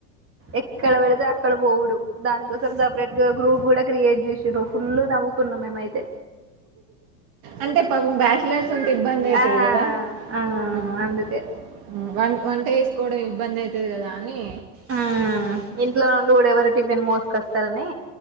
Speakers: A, on the right (about 30°); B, on the right (about 50°).
A: ఎక్కడ పెడతే అక్కడ పోవుడు దానికోసం సపరేట్ గా గ్రూప్ కూడా క్రియేట్ చేసాము ఫుల్ నవ్వుకున్నాం మేమైతే
B: అంటే పాపం బ్యాస్ అట్ల స్ొంత ఇబ్బంది అయితది
A: ఆ
B: కదా
A: ఆ
B: ఉ
A: అందుకే
B: వాన్ వంట వేసుకోవడం ఇబ్బంది అయితది కదా అని
A: ఆ ఇంట్లో నుండి కూడా ఎవరు టిఫిన్ మోసుకొస్తారని